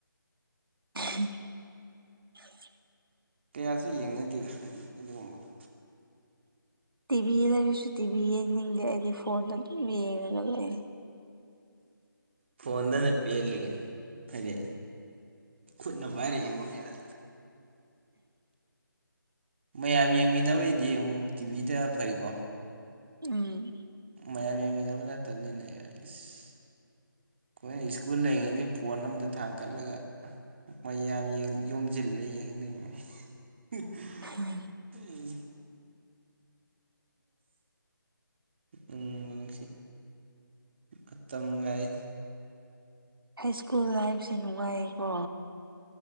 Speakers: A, on the right; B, on the right.
A: ꯎ
B: ꯀꯌꯥꯁꯨ ꯌꯦꯡꯅꯗꯦꯗ ꯍꯥꯏꯗꯤ ꯑꯗꯨꯒꯨꯝꯕꯗꯣ
A: ꯇꯤꯚꯤ ꯂꯩꯔꯁꯨ ꯇꯤꯚꯤ ꯌꯦꯡꯅꯤꯡꯗꯦ ꯑꯩꯗꯤ ꯐꯣꯟꯗ ꯑꯗꯨꯝ ꯌꯦꯡꯉꯒ ꯂꯩ
B: ꯐꯣꯟꯗꯅ ꯄꯦꯜꯂꯤꯅꯦ ꯍꯥꯏꯗꯤ ꯈꯨꯠꯅ ꯄꯥꯏꯔ ꯌꯦꯡꯉꯨꯅꯦꯅ ꯃꯌꯥꯝ ꯌꯦꯡꯃꯤꯟꯅꯕꯩꯗꯤ ꯑꯃꯨꯛ ꯇꯤꯚꯤꯗ ꯐꯩꯀꯣ
A: ꯎꯝ
B: ꯃꯌꯥꯝ ꯌꯦꯡꯃꯤꯟꯅꯕ ꯅꯠꯇꯕꯅꯤꯅ ꯑꯩ ꯏꯁ
A: <inaudible>
B: ꯑꯩꯈꯣꯏꯅ ꯁ꯭ꯀꯨꯜ ꯂꯩꯔꯤꯉꯩꯗꯗꯤ ꯐꯣꯟ ꯑꯝꯗ ꯊꯥꯡꯀꯠꯂꯒ ꯃꯌꯥꯝ ꯌꯣꯝꯖꯤꯜꯂ ꯌꯦꯡꯉꯤ ꯑ <unintelligible>
A: ꯎꯝ
B: ꯎꯝ ꯎꯝꯁꯤ <unintelligible> ꯑꯠꯇ ꯃꯒꯥꯏ <unintelligible>
A: ꯍꯥꯏ ꯁ꯭ꯀꯨꯜ ꯂꯥꯏꯐꯁꯦ ꯅꯨꯡꯉꯥꯏꯌꯦꯀꯣ